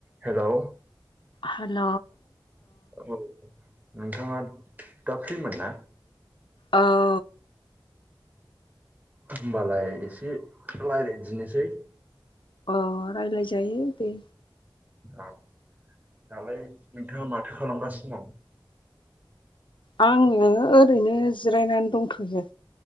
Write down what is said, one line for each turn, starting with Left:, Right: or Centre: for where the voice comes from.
Right: हेल'
Left: हेल'
Right: औ नोंथाङा दा फ्रिमोन ना
Left: ओ
Right: होमबालाय एसे रायज्लायदिनोसै
Left: अ रायलायजायो दे
Right: औ दालाय नोंथाङा माथो खालामगासिनो दं
Left: आङो ओरैनो जिरायनानै दंथयो